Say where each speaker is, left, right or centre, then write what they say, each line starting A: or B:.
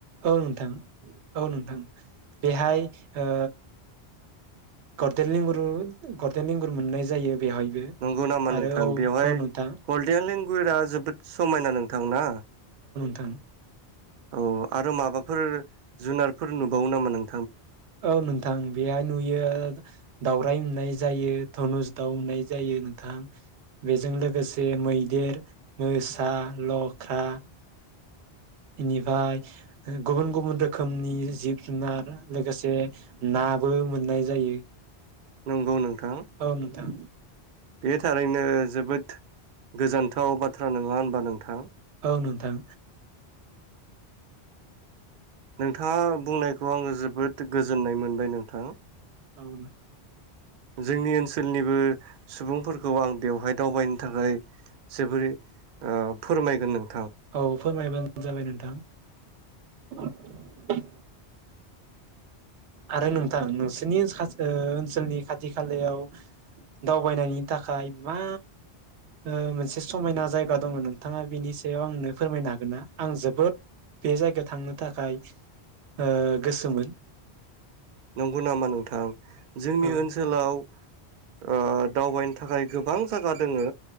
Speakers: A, on the right; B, on the right.
A: औ नोंथां औ नोंथां बेहाय ओ गरदेल लंगुरु गरदेल लेंगुर मोननाय जायो बेवहायबो
B: नंगौ नामा
A: आरो
B: नोंथां
A: औ
B: बेवहाय
A: औ नोंथां
B: गल्डेन लेंगुरा जोबोद समायना नोंथां ना
A: थां
B: औ आरो माबाफोर जुनारफोर नुबावो नामा नों
A: औ नोंथां बेहाय नुयो दावराइ नुनाय जायो, धनुस दाउ नुनाय जायो नोंथां। बेजों लोगोसे मैदेर, मोसा, लख्रा बेनिफाय गुबुन गुबुन रोखोमनि जिब जुनार लोगोसे नाबो मोननाय जायो।
B: नंगौ नोंथां
A: औ नोंथां
B: बे थारैनो जोबोद गोजोनथाव बाथ्रा नोङा होनबा नोंथां
A: औ नोंथां
B: नोंथाङा बुंनायखौ आङो जोबोद गोजोननाय मोनबाय नोंथां।
A: औ नों
B: जोंनि ओनसोलनिबो सुबुंफोरखौ आं बेवहाय दावबायनो थाखाय जोबोरै ओ फोरमायगोन नों
A: औ फोरमायबानो जाबाय नोंथां। <unintelligible> आरो नोंथां नोंसोरनि ओ ओनसोलनि खाथि खालायाव दावबायनायनि थाखाय मा ओ मोनसे समायना जायगा दङ नोंथाङा बिनि सायाव आंनो फोरमायनो हागोन ना आं जोबोद बे जायगायाव थांनो थाखाय ओ गोसोमोन।
B: नंगौ नामा नोंथां। जोंनि
A: ओं
B: ओनसोलाव ओ दावबायनो थाखाय गोबां जगा दोङो